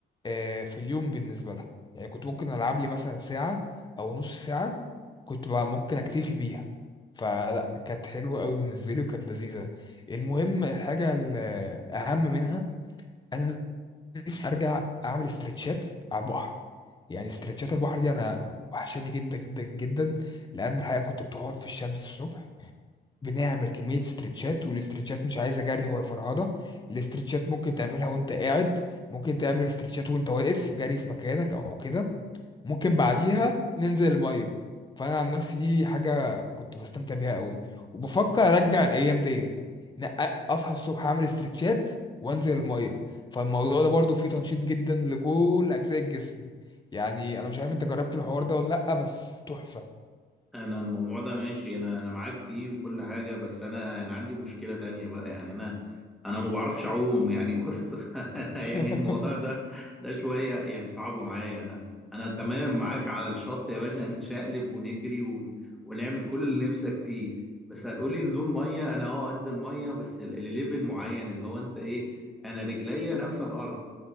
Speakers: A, on the left; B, in the centre.
A: آه، في اليوم بالنسبه لها يعني كنت ممكن العب لي مثلا ساعه او نص ساعه كنت بقى ممكن اكتفي بيها فلا كانت حلوه قوي بالنسبه لي وكانت لذيذه المهم الحاجه الاهم منها انا نفسي ارجع اعمل استرتشات على البحر يعني استرتشات البحر دي انا وحشاني جدا جدا جدا لان الحقيقه كنت بتقعد في الشمس الصبح بنعمل كميه استرتشات والاسترتشات مش عايزه جري ولا فرهده الاسترتشات ممكن تعملها وانت قاعد ممكن تعمل استرتشات وانت واقف جري في مكانك او كده ممكن بعديها ننزل المية فأنا عن نفسي دي حاجة كنت بستمتع بيها قوي وبفكر أرجع الأيام ديت إن أ- أصحى الصبح أعمل استرتشات وأنزل المية فالموضوع ده برضو فيه تنشيط جدا لكل أجزاء الجسم يعني أنا مش عارف أنت جربت الحوار ده ولا لأ بس تحفة
B: انا الموضوع ده ماشي انا انا معاك فيه وكل حاجه بس انا انا عندي مشكله تانية بقى يعني انا انا ما بعرفش اعوم يعني بص <laughs> ف-
A: <laughs>
B: يعني الموضوع ده ده شويه يعني صعب معايا انا انا تمام معاك على الشط يا باشا نتشقلب ونجري ون... ونعمل كل اللي نفسك فيه بس هتقولي نزول ميه انا اه انزل ميه بس ال- الليفل معين اللي هو انت ايه انا رجليا لامسه الارض